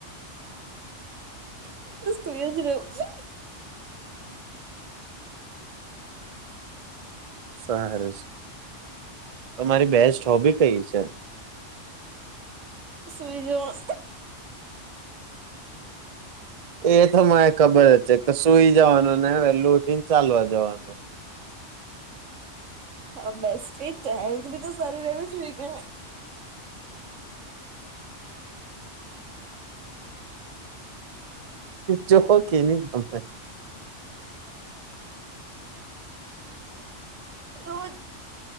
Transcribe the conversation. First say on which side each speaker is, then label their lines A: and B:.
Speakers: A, on the right; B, on the right.
A: હું તો સુઈ જ રહવું છ.
B: સારું છે તમારી બેસ્ટ હોબી કઈ છે.
A: સુઈ જોવા.
B: એ તો મને ખબર જ છે કે સુઈ જવાનું ને હવે લૂટીને ચાલવા જવાનું.
A: હ બેસ્ટ એ હેલ્થ બી તો સારી રવી જો કે
B: જો હો કે ન બ થાય.
A: રોજ